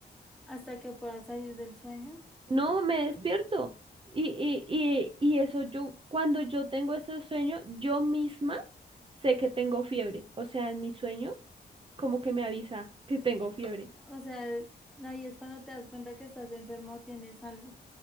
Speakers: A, in the centre; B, on the right (about 30°).
A: Hasta que puedas salir del sueño.
B: No, me despierto. Y, y, y, y eso yo, cuando yo tengo ese sueño, yo misma sé que tengo fiebre. O sea, en mi sueño, como que me avisa que tengo fiebre.
A: O sea, ahí es cuando te das cuenta que estás enfermo o tienes algo.